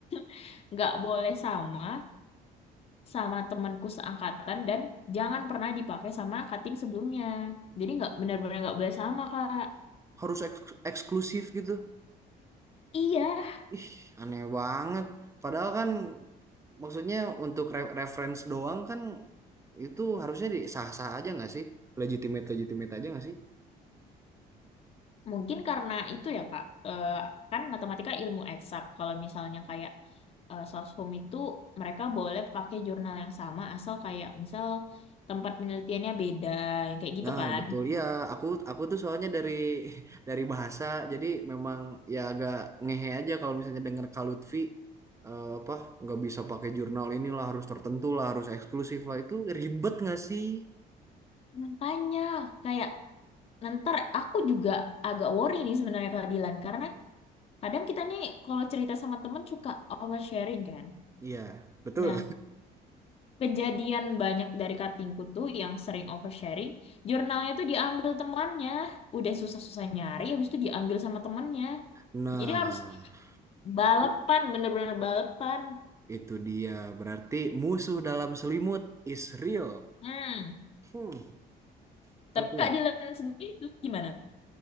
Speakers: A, on the left (about 35°); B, on the right (about 15°).
A: <laughs> nggak boleh sama sama temanku seangkatan dan jangan pernah dipakai sama cutting sebelumnya. Jadi nggak benar-benar nggak boleh sama, Kak.
B: Harus eks- eksklusif gitu.
A: Iya,
B: Ih, aneh banget. Padahal kan maksudnya untuk re- reference doang kan itu harusnya di sah-sah aja nggak sih? Legitimate legitimate aja nggak sih?
A: Mungkin karena itu ya Kak, Eh, kan matematika ilmu eksak. Kalau misalnya kayak eh, soshum itu mereka boleh pakai jurnal yang sama asal kayak misal tempat penelitiannya beda, yang kayak gitu
B: Nah,
A: kan.
B: betul ya. Aku aku tuh soalnya dari <laughs> dari bahasa jadi memang ya agak ngehe aja kalau misalnya denger Kak Lutfi eh, apa nggak bisa pakai jurnal inilah harus tertentu lah harus eksklusif lah itu ribet nggak sih?
A: Makanya kayak ntar aku juga agak worry nih sebenarnya keadilan karena kadang kita nih kalau cerita sama temen suka oversharing kan.
B: Iya, betul.
A: Nah, Kejadian banyak dari katingku tuh yang sering oversharing, jurnalnya tuh diambil temannya. Udah susah-susah nyari, habis itu diambil sama temannya.
B: Nah,
A: Jadi harus balapan,
B: i-
A: bener-bener balapan.
B: itu dia berarti musuh dalam selimut is real.
A: Hmm.
B: Hmm, tapi
A: Tapi Kak
B: ya,
A: Dilan sendiri tuh gimana?